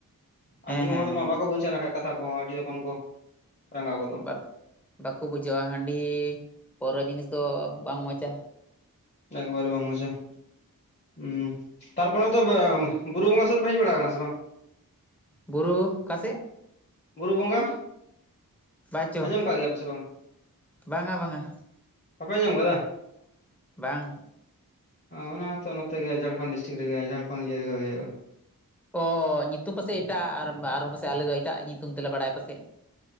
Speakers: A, on the left; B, in the centre.
A: ᱟᱨ
B: ᱦᱮᱸ
A: ᱧᱩ
B: ᱦᱮᱸ
A: ᱦᱚᱲ
B: ᱦᱮᱸ
A: ᱢᱟ ᱵᱟᱠᱚ ᱵᱩᱡᱷᱟᱹᱜᱣ ᱱᱟᱠᱟᱱᱡ ᱠᱟᱛᱷᱟ ᱠᱚᱦᱚᱸ ᱟᱹᱰᱤ ᱞᱚᱜᱚᱱ ᱠᱚ ᱨᱟᱸᱜᱟᱣ ᱜᱚᱫ
B: ᱵᱟᱠ ᱵᱟᱠᱚ ᱵᱩᱡᱷᱟᱹᱣᱟ ᱦᱟᱺᱰᱤ ᱯᱚᱨᱣᱨᱨᱟ ᱡᱤᱱᱤᱥ ᱫᱚ ᱵᱟᱝ ᱢᱚᱪ-ᱟ᱾
A: ᱮᱠᱵᱟᱨᱮ ᱵᱟᱝ ᱢᱩᱡᱟ ᱦᱩᱸ, ᱛᱟᱨᱯᱚᱨᱮ ᱫᱚ ᱵᱩᱨᱩ ᱵᱚᱸᱜᱟ ᱥᱮᱫ ᱯᱮ ᱦᱮᱡ ᱵᱟᱲᱟ ᱠᱟᱱᱟ ᱥᱮ ᱵᱟᱝ?
B: ᱵᱩᱨᱩ, ᱚᱠᱟᱥᱮᱫ?
A: ᱵᱩᱨᱩ ᱵᱚᱸᱜᱟ᱾
B: ᱵᱟᱪᱚ
A: ᱟᱸᱡᱚᱢ ᱠᱟᱜ ᱜᱮᱭᱟ ᱯᱮᱥᱮ ᱵᱟᱝᱟ?
B: ᱵᱟᱝᱟ ᱵᱟᱝᱟ
A: ᱵᱟᱯᱮ ᱟᱡᱚᱢ ᱠᱟᱫᱟ᱾
B: ᱵᱟᱝ᱾
A: ᱚᱱᱟ ᱦᱚᱸᱛᱚ ᱱᱚᱛᱮ ᱜᱮ ᱡᱷᱟᱲᱠᱷᱰ ᱰᱤᱥᱴᱤᱠ ᱨᱮᱜᱮ ᱡᱷᱟᱲᱠᱷᱚᱸᱰ ᱤᱭᱟᱹ ᱨᱮᱜᱮ ᱦᱩᱭᱩᱜᱼᱟ᱾
B: ᱚᱻ ᱧᱩᱛᱩᱢ ᱯᱟᱥᱮᱡ ᱮᱴᱟᱜ ᱟᱨ ᱟᱨᱦᱚᱸ ᱯᱟᱥᱮᱡ ᱟᱞᱮᱫ ᱫᱚ ᱮᱴᱟᱜ ᱧᱩᱛᱩᱢ ᱛᱮᱞᱮ ᱵᱟᱲᱟᱭ ᱯᱟᱥᱮᱡ᱾